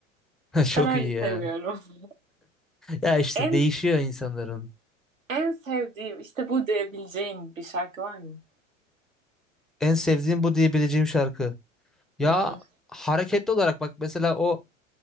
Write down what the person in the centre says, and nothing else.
<laughs> Çok
iyi
ya.
Ya işte
değişiyor insanların.
En sevdiğim bu diyebileceğim şarkı. Ya
hareketli olarak bak mesela o